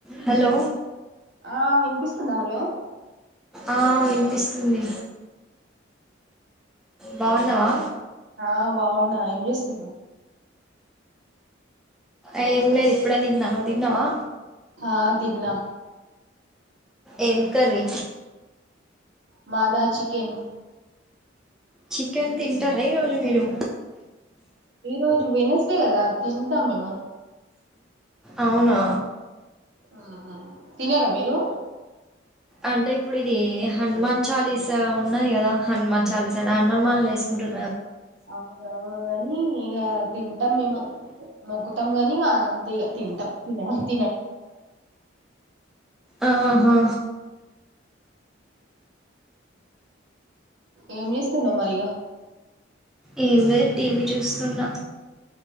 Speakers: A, in the centre; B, on the right.
A: Hello
B: ఆ వినిపిస్తుందా hello
A: ఆ వినిపిస్తుంది బాగున్నావా
B: ఆ బాగున్నా ఏం చేస్తున్నావ్
A: ఏం లేదు ఇప్పుడే తిన్నా నువ్వు తిన్నావా
B: ఆ తిన్న
A: ఏం కర్రీ
B: మాద చికెన్
A: చికెన్ తింటారా ఈ రోజు మీరు
B: ఈ రోజు వెనస్డే కదా తింటాం మేము
A: అవునా
B: ఆ తిన్నారా మీరు
A: అంటే ఇప్పుడు ఇది హనుమాన్ చాలీసా ఉన్నది కదా హనుమాన్ చాలీసా అ హనుమాలని వేసుకుంటారు
B: అవునవును కాని ఇగ తింటాం మేము మొక్కుతాం గాని అంతే ఇగ తింటాం ఇకడ
A: ఆహా
B: ఏం చేస్తున్నావ్ మరి ఇగ
A: ఏం లేదు టీవీ చూస్తున్నా